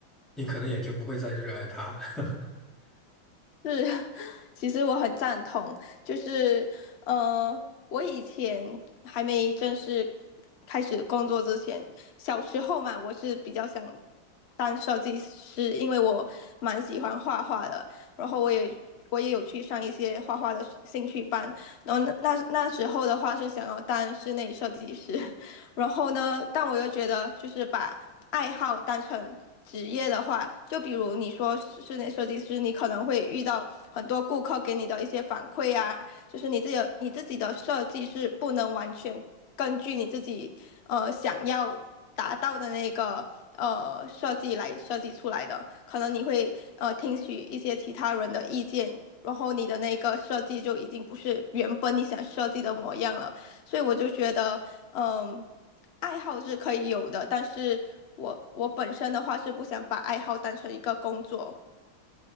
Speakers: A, in the centre; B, on the left.
A: 你可能也就不会再热爱它。<laughs>
B: 是，<laughs> 其实我很赞同，就是呃，我以前还没正式开始工作之前，小时候嘛，我是比较想当设计师，因为我蛮喜欢画画的，然后我也我也有去上一些画画的兴趣班，然后那那那时候的话是想要当室内设计师，然后呢，但我又觉得，就是把爱好当成职业的话，就比如你说室室内设计师，你可能会遇到很多顾客给你的一些反馈啊，就是你自己的你自己的设计是不能完全根据你自己呃想要达到的那个呃设计来设计出来的，可能你会呃听取一些其他人的意见。然后你的那个设计就已经不是原本你想设计的模样了，所以我就觉得，嗯，爱好是可以有的，但是我我本身的话是不想把爱好当成一个工作。